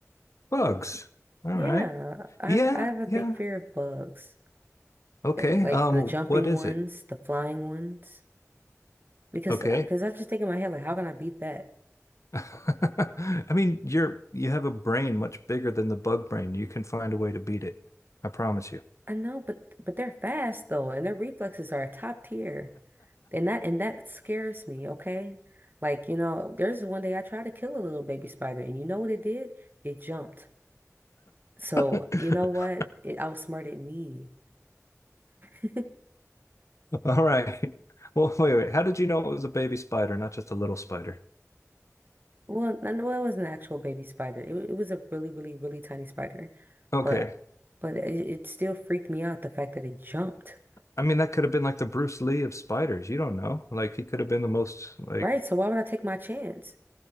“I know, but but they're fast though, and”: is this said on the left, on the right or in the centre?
Right